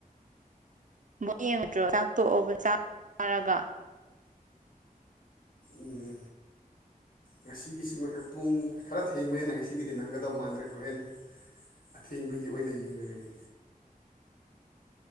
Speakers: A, on the right; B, on the left.
A: ꯕ ꯌꯦꯡꯉꯗ꯭ꯔꯣ ꯆꯥꯛ ꯇꯣꯛꯑꯣꯒ ꯆꯥ ꯆꯥꯔꯒ
B: ꯎꯝ ꯉꯁꯤꯒꯤꯁꯤꯃ ꯄꯨꯡ ꯈꯔ ꯊꯦꯡꯕꯩꯅ ꯉꯁꯤꯒꯤꯗꯤ ꯅꯪꯒꯗꯧ ꯃꯥꯟꯗ꯭ꯔꯦ ꯍꯣꯔꯦꯟ ꯑꯊꯦꯡꯕꯒꯤ ꯑꯣꯏꯅ ꯌꯦ ꯌꯦꯡꯂꯒꯅꯤ